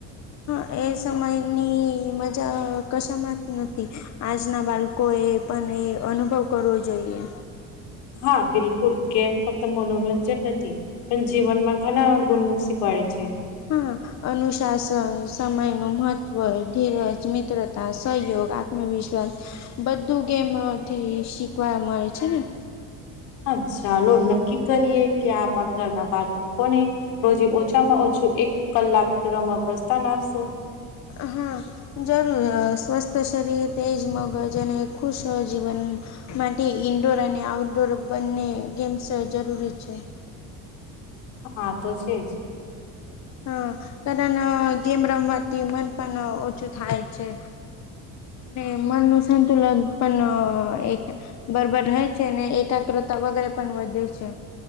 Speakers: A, on the left; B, on the left.
A: હા, એ સમયની મજા કશામાં જ નથી આજના બાળકો કોએ પણ એ અનુભવ કરવો જોઈએ.
B: હા, બિલકુલ ગેમ ફક્ત મનોરંજન નથી. પણ જીવનમાં ઘણા ગુણ શીખવાડે છે.
A: હા. અનુશાસન, સમયનું મહત્ત્વ, ધીરજ, મિત્રતા, સહયોગ, આત્મવિશ્વાસ બધું ગેમથી શીખવા મળે છે ને?
B: હ ચાલો નક્કી કરીએ, કે આપણ ઘરના બાળ કોને. રોજ ઓછામાં ઓછું એક કલાક રમવા પ્રસ્થાન આપશો.
A: હા. જરૂર સ્વસ્થ શરીર તેજ મગજ અને ખુશ જીવન માટે ઇન્ડોર અને આઉટડોર બંને ગેમ્સ જરૂરી છે.
B: હા તો છે જ
A: હા કારણ ગેમ રમવાથી મન પણ ઓછું થાય છે. અને મન નું સંતુલન પણ એક બરોબર રહે છે, ને એકાગ્રતા વગેરે પણ વધે છે.